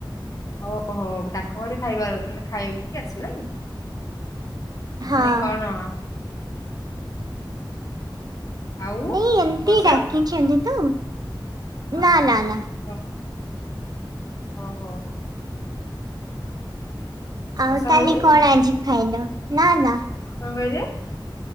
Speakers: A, on the left; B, on the right.
A: ଓହୋ ତାଙ୍କ ଘରେ ଖାଇବାର ମାନେ ଖାଇକି ଆସିବେ ନାଇଁ।
B: ହଁ
A: ମାନେ କଣ? ଆଉ
B: ନାଇଁ ଏମିତି
A: ବର୍ଷା
B: ଡାକିଛନ୍ତି ତ।
A: ଅ
B: ନା
A: ହୋ
B: ନା ନା।
A: ଓ ଓହୋ।
B: ଆଉ
A: ବର୍ଷା
B: ତାହଲେ
A: ହଉନି?
B: କଣ ଆଜି ଖାଇଲ ନା ନା।
A: କଣ କହିଲେ